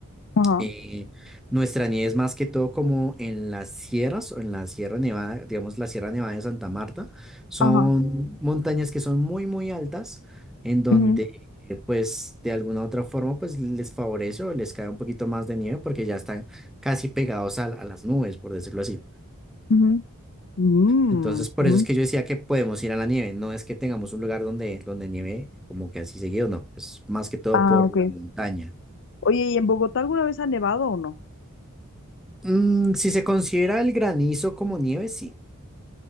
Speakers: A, on the left (about 55°); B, in the centre.
A: ajá,
B: eh, nuestra nieve es más que todo como en las sierras o en la Sierra Nevada, digamos la Sierra Nevada de Santa Marta. Son
A: ajá,
B: montañas que son muy, muy altas, en donde
A: ujú,
B: eh, pues de alguna u otra forma pues les favorece o les cae un poquito más de nieve porque ya están casi pegados a, a las nubes, por decirlo así.
A: ujú, mm,
B: Entonces, por
A: ujú.
B: eso es que yo decía que podemos ir a la nieve. No es que tengamos un lugar donde, donde nieve como que así seguido, no. Es más que todo
A: Ah,
B: por
A: ok.
B: la montaña.
A: Oye, ¿y en Bogotá alguna vez ha nevado o no?
B: Mm, si se considera el granizo como nieve, sí.